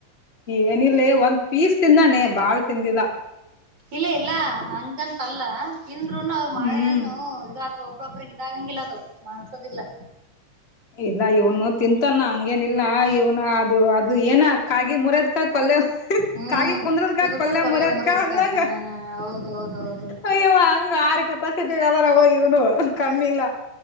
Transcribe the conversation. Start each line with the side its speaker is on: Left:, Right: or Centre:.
Left: ಏನಿಲ್ಲ ಒಂದ್ ಪೀಸ್ ತಿಂದಾನೆ ಬಾಳ್ ತಿಂದಿಲ್ಲ
Right: ಇಲ್ಲ ಇಲ್ಲ ಹಂಗಂತಲ್ಲ ತಿಂದ್ರುನು ಮಾವಿಹಣ್ಣು
Left: ಹ್ಮ್
Right: ಇದು ಒಬ್ಬ್ರೊಬ್ಬ್ರಿಗೆ ಇದಾಗಂಗಿಲ್ಲ ಅದು ಮನ್ಸೋದಿಲ್ಲ
Left: ಇಲ್ಲ ಇವನು ತಿಂತಾನ ಹಂಗೇನ ಇಿಲ್ಲ ಇವ್ನ ಅದು ಅದು ಏನ ಕಾಗಿ ಮುರ್ಯದ್ಕ ಕೊಲೆ
Right: ಹ್ಮ್
Left: ಕಾಗಿ ಕುಂದರದಕ್ಕಾ
Right: ಕುದಕ
Left: ಕೊಲ್ಲ
Right: ಕೊಲ್ಲೆ
Left: ಮುರದಕ್ಕಾ
Right: ಮುರಿದಕ
Left: ಅಂದಂಗ
Right: ಹಾ ಹೌದೌದೌದು
Left: ಅಯ್ಯ ಅಂಗ ಆರ್ ಕೆಪಾಸಿಟಿ ದವಾ ರವರ ಇವನು ಕಮ್ಮಿಲ್ಲ.